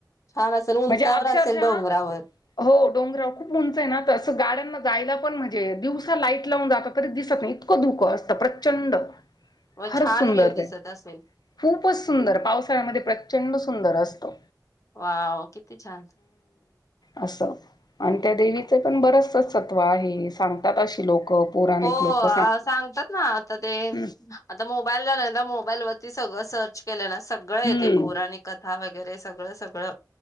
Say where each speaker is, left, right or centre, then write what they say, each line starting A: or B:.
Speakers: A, on the left; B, on the left.
A: छान असेल उंचावर
B: म्हणजे अक्षरशः
A: असेल डोंगरावर
B: हो डोंगरावर खूप उंचय ना त अस गाड्याना जायला पण म्हणजे दिवसा लाईट लावून जातात. तरी दिसत नाही इतक धुक असत प्रचंड
A: व
B: फारच
A: छान
B: सुंदर
A: व्ह्यू
B: ते
A: दिसत असेल
B: खूपच सुंदर पावसाळ्यामध्ये प्रचंड सु सुंदर असतो.
A: वाव किती छान.
B: अस आणि त्या देवीचे पण बरच सत्व आहे सांगतात अशी लोक पौराणिक
A: हो
B: लोक
A: सांगतात ना आता ते
B: हम्म
A: आता मोबाईल आलाय ना मोबाईलवर ते सगळ सर्च केल ना सगळ येतय
B: हम्म
A: पौराणिक कथा वगैरे सगळच सगळ.